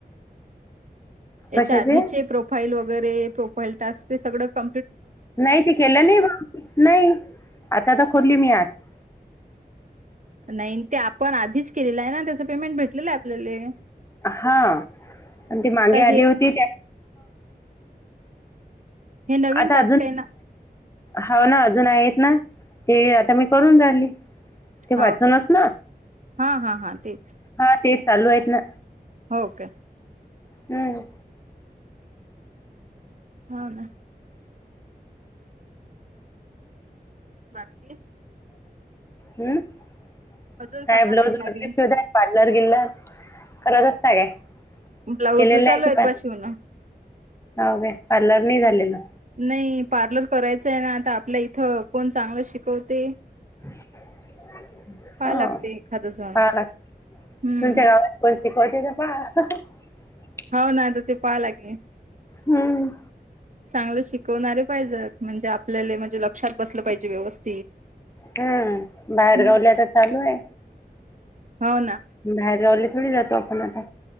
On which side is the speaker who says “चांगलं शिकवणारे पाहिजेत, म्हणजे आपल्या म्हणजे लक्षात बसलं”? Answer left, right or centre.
Right